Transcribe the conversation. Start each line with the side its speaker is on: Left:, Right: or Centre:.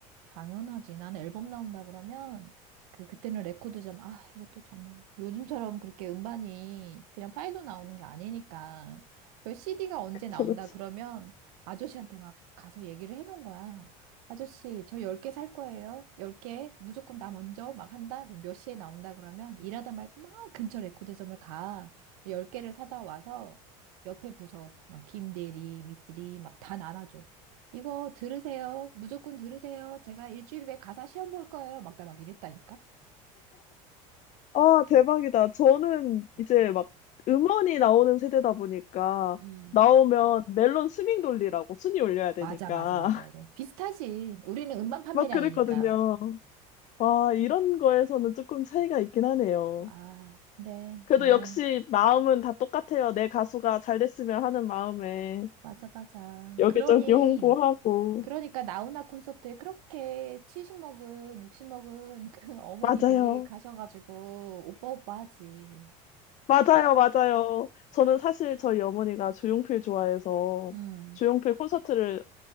Right: 당연하지. 나는 앨범 나온다 그러면 그 그때는 레코드점 아 이것도 정말 요즘처럼 그렇게 음반이 그냥 파일로 나오는 게 아니니까 그 CD가 언제
Left: 그쵸,
Right: 나온다
Left: 그쵸.
Right: 그러면 아저씨한테 막 가서 얘기를 해놓은 거야. 아저씨 저 10개 살 거예요. 10개 무조건 나 먼저 막 한다. 그럼 몇 시에 나온다 그러면 일하다 말고 막 근처 레코드점을 가. 10개를 사다 와서 옆에 부서 막 김대리, 미쓰리 막 다 나눠줘. 이거 들으세요. 무조건 들으세요. 제가 일주일 후에 가사 시험 볼 거예요. 막 나 막 이랬다니까.
Left: 아, 대박이다.
Right: 음,
Left: 저는
Right: 진짜.
Left: 이제 막 음원이 나오는 세대다 보니까
Right: 음,
Left: 나오면 멜론 스밍 돌리라고 순위 올려야 되니까
Right: 맞아, 맞아, 맞아,
Left: <laughs>
Right: 맞아. 비슷하지. 우리는 음반 판매량이니까.
Left: 막 그랬거든요. 와, 이런 거에서는 조금 차이가 있긴 하네요.
Right: 아, 근데
Left: 그래도
Right: 내가
Left: 역시 마음은 다 똑같아요. 내 가수가 잘 됐으면 하는 마음에
Right: 맞아, 맞아.
Left: 여기저기
Right: 그러니
Left: 홍보하고.
Right: 그러니까 나훈아 콘서트에 그렇게 70 먹은, 60 먹은 그 <laughs> 어머니들이
Left: 맞아요.
Right: 가셔가지고 오빠 오빠 하지.
Left: 맞아요, 맞아요. 저는 사실 저희 어머니가 조용필 좋아해서
Right: 음.
Left: 조용필 콘서트를